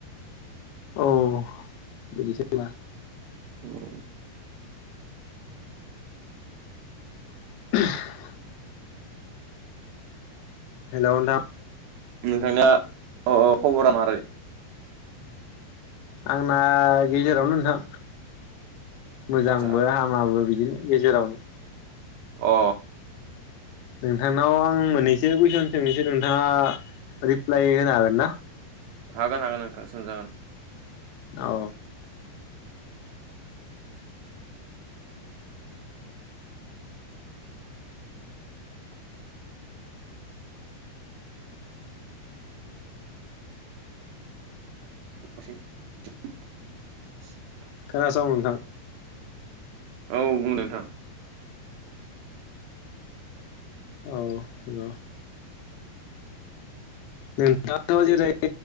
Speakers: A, on the left (about 85°); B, on the right (about 80°).
A: औ बिदिसो होमबा?
B: औ
A: <unintelligible> हेलौ नोंथां
B: नोंथांङा अह खबरा मारै?
A: आंना गेजेरावनो नोंथां। मोजांबो
B: आदसा
A: हामाबो बि बिदिनो गेजेरावनो
B: अ
A: नोंथांनाव आं मोननैसो कुइसन सोंनोसो नोंथाङा रिप्लाय होनो हागोन ना?
B: हागोन हागोन नोंथां सों जागोन
A: औ
B: <unintelligible> <inaudible>
A: खोनासं नोंथां
B: औ बुं नोंथां
A: औ हेलौ नोंथांआथ' जेरै